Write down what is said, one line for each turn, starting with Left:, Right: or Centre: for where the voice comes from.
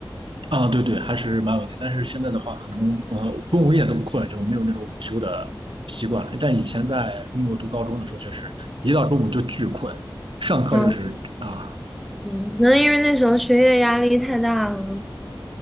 Right: 啊，对对，还是蛮稳定。但是现在的话，可能呃，中午一点都不困了就没有那种午休的习惯了。但以前在中国读高中的时候，确实一到中午就巨困，上课就是啊，
Centre: 啊，嗯，可能因为那时候学业压力太大了。